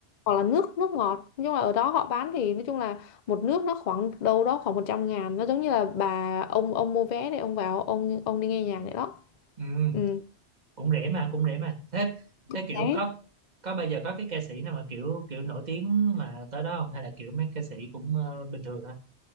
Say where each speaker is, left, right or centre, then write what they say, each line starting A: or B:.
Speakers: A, on the left; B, on the right.
A: hoặc là nước nước ngọt nhưng mà ở đó họ bán thì nói chung là một nước nó khoảng đâu đó khoảng một trăm ngàn nó giống như là bà ông ông mua vé để ông vào ông ông đi nghe nhạc đấy đó
B: ừ,
A: ừ.
B: cũng rẻ mà cũng rẻ mà thế thế kiểu
A: đấy
B: có có bây giờ có cái ca sĩ nào mà kiểu kiểu nổi tiếng mà tới đó không hay là kiểu mấy ca sĩ cũng ờ, bình thường thôi